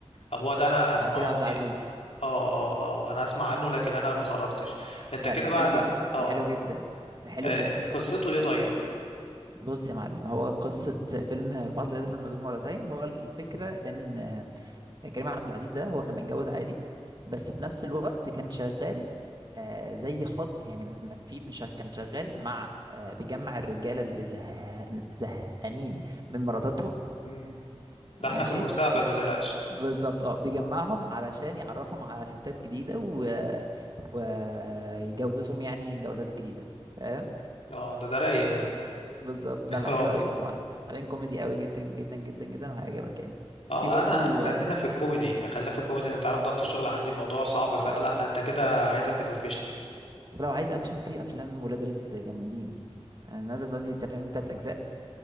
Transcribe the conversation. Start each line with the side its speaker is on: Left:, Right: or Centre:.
Left: هو ده انا اسمعه
Right: بتاع كريم عبد العزيز
Left: يعني اه اه اه آه، انا اسمع عنه لكن انا ما اتفرجتش انت
Right: لا
Left: كده
Right: ده
Left: بقى
Right: ده حلو
Left: لا
Right: جدا
Left: اه
Right: ده حلو جدا ده حلو
Left: آه،
Right: جدا
Left: قصته ايه طيب
Right: بص يا معلم هو قصة فيلم البعض لا يذهب للمأذون مرتين هو الفكرة إن كريم عبد العزيز ده هو كان متجوز عادي بس في نفس الوقت كان شغال آه زي خط يعني م- في مش- كان شغال مع آه بيجمع الرجاله اللي زهقان- زهقانين من مراتاتهم
Left: مم. ده
Right: ماشي
Left: احنا في المستقبل ما تقلقش
Right: بالظبط اه بيجمعهم
Left: اه
Right: علشان يعرفهم على ستات جديده و... ويجوزهم يعني جوازات جديده فاهم
Left: اه ده ده رايق ده
Right: بالظبط
Left: <laughs>
Right: لا لا
Left: اه
Right: حلو قوي
Left: والله
Right: هو بعدين كوميدي قوي جدا جدا جدا جدا وهيعجبك يعني
Left: اه
Right: في برضو
Left: انا خلينا في الكوميدي خلينا في الكوميدي اللي انت عارف ضغط الشغل عندي الموضوع صعب
Right: اه
Left: فانا لا انت كده عايزك تفرفشني
Right: ولو عايز اكشن في افلام ولاد رزق جامدين أنا نازل دلوقتي تقريبا تلات اجزاء